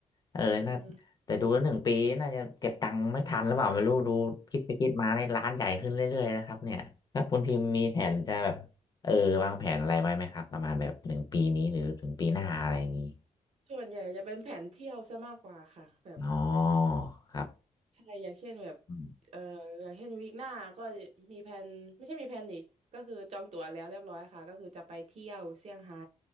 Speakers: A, on the left (about 30°); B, on the right (about 55°).
A: เออน่า
B: อืม
A: แต่ดูแล้วหนึ่งปีน่าจะเก็บตังค์ไม่ทันหรือเปล่าไม่รู้ดูคิดไปคิดมาในยร้านใหญ่ขึ้นเรื่อยๆนะครับเนี่ยแล้วคุณพิมพ์มีแผนจะแบบเออวางแผนอะไรไว้ไหมครับประมาณแบบหนึ่งปีนี้หรือถึงปีหน้าอะไรอย่างงี้
B: ส่วนใหญ่จะเป็นแผนเที่ยวซะมากกว่าค่ะแบบ
A: อ๋อครับ
B: ใช่อย่างเช่นแบบ
A: อืม
B: เอ่ออย่างเช่นวีคหน้าก็มีแผนไม่ใช่มีแผนอีกก็คือจองตั๋วแล้วเรียบร้อยค่ะก็คือจะไปเที่ยวเซี่ยงไฮ้